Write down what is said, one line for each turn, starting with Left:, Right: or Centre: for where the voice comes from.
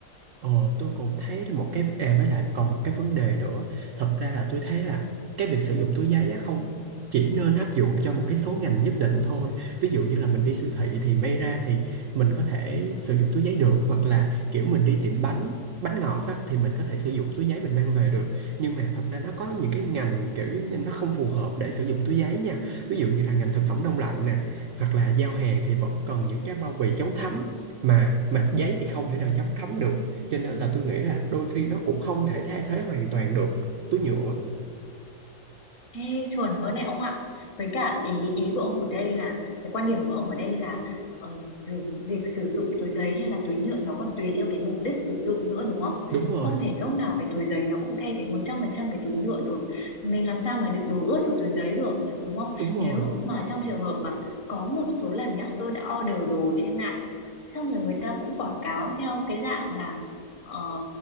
Right: ờ, tôi cũng thấy là một cái à, với lại còn một cái vấn đề nữa thật ra là tôi thấy là cái việc sử dụng túi giấy á không chỉ nên áp dụng cho một cái số ngành nhất định thôi ví dụ như là mình đi siêu thị thì may ra thì mình có thể sử dụng túi giấy được hoặc là kiểu mình đi tiệm bánh bánh ngọt á thì mình có thể sử dụng túi giấy mình mang về được nhưng mà thật ra nó có những cái ngành kiểu giống như nó không phù hợp để sử dụng túi giấy nha ví dụ như là ngành thực phẩm đông lạnh nè hoặc là giao hàng thì vẫn cần những cái bao bì chống thấm mà mà giấy thì không thể nào chấm thấm được cho nên là tôi nghĩ là đôi khi nó cũng không thể thay thế hoàn toàn được túi nhựa
Left: Ê, chuẩn luôn đấy ông ạ. Với cả ý ý của ông ở đây là cái quan điểm của ông ở đây là ờ, sử, việc sử dụng túi giấy hay là túi nhựa nó còn tùy theo cái mục đích sử dụng nữa đúng không?
Right: đúng rồi
Left: Không thể lúc nào cái túi giấy nó cũng thay thế 100% cái túi nhựa được. Mình làm sao mà đựng đồ ướt vào túi giấy được nhỉ, đúng không?
Right: đúng
Left: Nếu
Right: rồi
Left: mà trong trường hợp mà có một số lần nhá, tôi đã order đồ trên mạng xong rồi người ta cũng quảng cáo theo cái dạng là ờ,